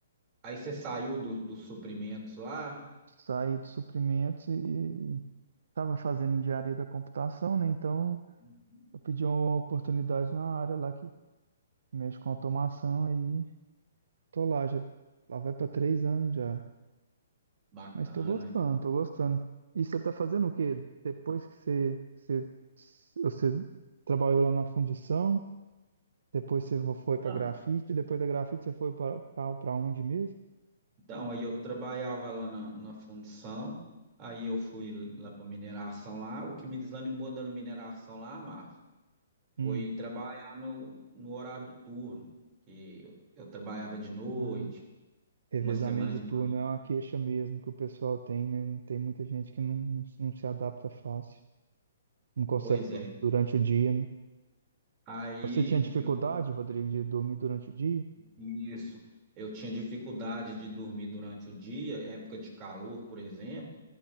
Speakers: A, on the right; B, on the right.
A: aí você saiu do- dos suprimentos lá?
B: Saí de suprimentos e estava fazendo engenharia da computação, né? Então
A: Uhum.
B: eu pedi uma oportunidade na área lá que que com automação aí. Tô lá, já lá vai pra três anos já.
A: Bacana.
B: Mas tô gostando,
A: hein?
B: tô gostando. E você tá fazendo o quê? Depois que você, você, você trabalhou lá na fundição, depois você foi pra
A: Então,
B: grafite, depois da grafite você foi pra, pra, pra onde mesmo?
A: então, aí eu trabalhava lá na, na fundição, aí eu fui lá para mineração lá. O que me desanimou da mineração lá, Márcio,
B: Hum.
A: foi trabalhar no, no horário do turno, que eu, eu trabalhava de noite,
B: Ah, revezamento
A: uma semana
B: de
A: de
B: turno
A: manhã.
B: é uma queixa mesmo que o pessoal tem, né? Tem muita gente que não, não, não se adapta fácil, não consegue
A: Pois
B: dormir
A: é.
B: durante o dia, né?
A: Aí
B: Você tinha dificuldade,
A: eu
B: Rodrigo, de dormir durante o dia?
A: isso, eu tinha dificuldade de dormir durante o dia, época de calor, por exemplo,